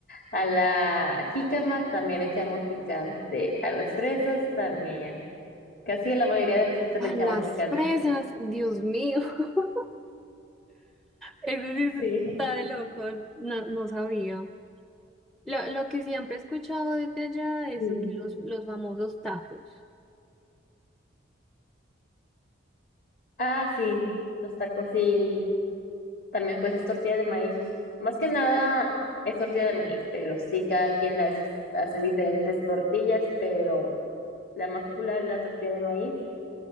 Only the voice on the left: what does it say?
A la jícama también le echamos picante. A las fresas también. Casi a la mayoría de las frutas
le echamos
picante.
<laughs>
Sí.
Sí.
Ah, sí, los tacos sí. También pues es tortilla de maíz. sus- Más que nada es tortilla de maíz, pero sí, cada quien a veces hace diferentes tortillas, pero la más popular es la tortilla de maíz.